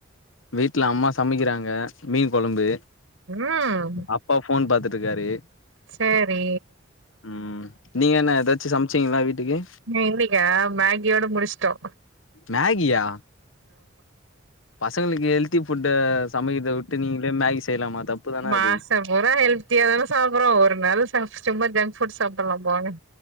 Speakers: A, on the left; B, on the right.
A: வீட்ல அம்மா சமைக்கிறாங்க மீன் கொழம்பு
B: ம்
A: அப் பா ஃபோன் பாத்துட்ருக்காரு
B: செரி
A: ம் நீங்க என்ன ஏதாச்சு சமச்சீங்ளா வீட்டுக்கு
B: இன்னிக்கா மேகியோட முடிச்சிட்டோ
A: மேகியா பசங்களுக்கு ஹெல்த்தி ஃபுட்ட சமைக்கறதவுட்டு நீங்களே மேகி செய்யலாமா தப்பு தான
B: மாச
A: அது
B: பூரா ஹெல்த்த்தியாதான சாப்பறோ ஒரு நாள் சாப் சும்மா ஜங்க்ஃபுட் சாப்புல்லா போங்க